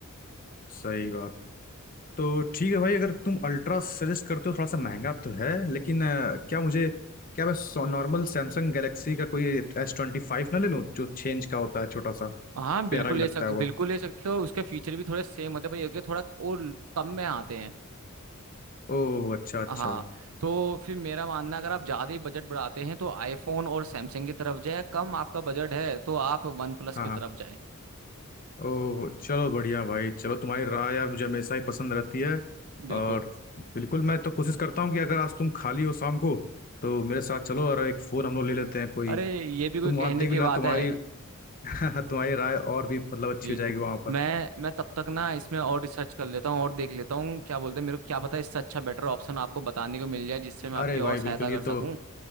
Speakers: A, on the left (about 40°); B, on the right (about 75°).
A: सही बात तो ठीक है भाई अगर तुम अल्ट्रा सजेस्ट करते हो थोड़ा सा महंगा तो है लेकिन अ, क्या मुझे क्या मैं नॉर्मल सैमसंग गैलेक्सी का कोई एस ट्वेंटी फाइव ना ले लूँ जो चेंज का होता है छोटा सा
B: हाँ बिल्कुल
A: प्यारा भी
B: ले
A: लगता
B: सक
A: है वो
B: बिल्कुल ले सकते हो उसके फीचर भी थोड़े सेम होते हैं पर ये कि थोड़ा और कम में आते हैं
A: ओह अच्छा अच्छा
B: हाँ तो फिर मेरा मानना अगर आप ज्यादा ही बजट बढ़ाते हैं तो आईफोन और सैमसंग की तरफ जाए कम आपका बजट है तो आप वन प्लस
A: हाँ
B: की
A: हाँ
B: तरफ जाए
A: ओह चलो बढ़िया भाई चलो तुम्हारी राय यार मुझे हमेशा ही पसंद रहती है
B: बिल्कुल
A: और बिल्कुल मैं तो कोशिश करता हूँ कि अगर आज तुम खाली हो शाम को तो मेरे साथ चलो और एक फ़ोन हम लोग ले लेते हैं कोई
B: अरे ये भी कोई
A: तुम वहाँ
B: कहने
A: देख
B: की
A: लेना
B: बात
A: तुम्हारी
B: है
A: <laughs> तुम्हारी राय और भी मतलब अच्छी
B: जी
A: हो जाएगी वहाँ पर
B: मैं मैं तब तक ना इसमें और रिसर्च कर लेता हूँ और देख लेता हूँ क्या बोलते हैं मेरे को क्या पता इससे अच्छा बेटर ऑप्शन आपको बताने को मिल जाए जिससे मैं आपकी
A: अरे
B: और
A: भाई
B: सहायता
A: बिल्कुल
B: कर
A: ये
B: सकूँ
A: तो